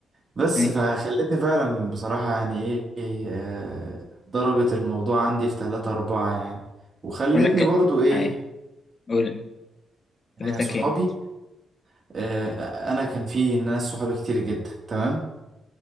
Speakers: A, on the right; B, on the left.
A: بس
B: أيوه
A: فخلتني فعلا بصراحة يعني ايه إيه، آه، ضربت الموضوع عندي في تلاتة أربعة يعني وخلتني
B: أقول لك
A: برضو ايه
B: أيوه قول قلت
A: آه، صحابي
B: لك إيه
A: آه، انا كان في ناس صحابي كتير جدا تمام